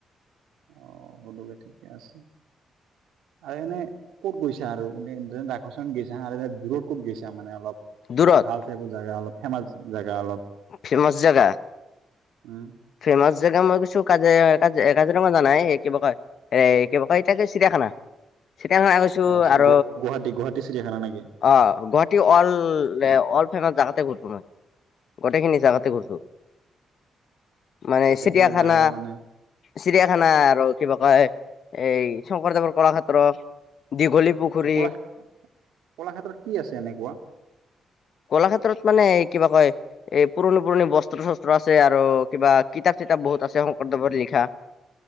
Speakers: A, on the right; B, on the left.
A: অ হ'লে ঠিকে আছে। আৰু এনে ক'ত গৈছা আৰু এনে ৰাকচন গৈছা হা আৰু এনে দূৰত ক'ত গৈছা মানে অলপ?
B: দূৰত
A: ভাল চাই জেগা অলপ, ফেমাচ জেগা অলপ।
B: ফেমাচ জেগা?
A: উম।
B: ফেমাচ জেগা মই কিছু কাজ কাজিৰঙা জানাই সেই কিবা কয়, সেই কিবা কয় এতিয়া চিৰিয়াখানা খেনা চিতিয়াখনা <unintelligible> গৈছো
A: অ
B: আৰ
A: গুৱাহাটী গুৱাহাটী চিৰিয়াখানা নেকি
B: অ গুৱাহাটী অল- লে অল ফেমাচ জোগাতে গৈছো মই, গোটেইখিনি জেগাতে
A: অ
B: গৈছো। মানে
A: গোটেইখিনি
B: চিৰিয়াখানা
A: জাগাতে মানে
B: চিৰিয়াখানা আৰু কিবা ক এই শংকৰদেৱৰ কলাক্ষেত্ৰ, দীঘলী পুখুৰী
A: কল কলাক্ষেত্ৰত কি আছে এনেকুৱা?
B: কলাক্ষেত্ৰত মানে কিবা কয়, এই পুৰণি পুৰণি বস্ত্ৰ শস্ত্ৰ আছে আৰু কিবা কিতাপ- কিতাপ বহুত আছে শংকৰদেৱৰ লিখা।